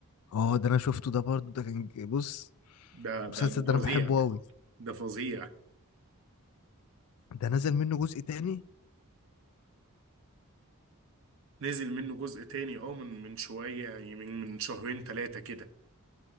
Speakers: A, on the left (about 75°); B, on the right (about 60°).
A: اه ده انا شفته ده برضو ده كان ج- بص
B: ده
A: المسلسل
B: ده ده
A: ده
B: فظيع
A: انا بحبه
B: ده
A: قوي
B: ده فظيع
A: ده نزل منه جزء تاني
B: نزل منه جزء تاني اه من من شوية يعني من من شهرين ثلاثة كده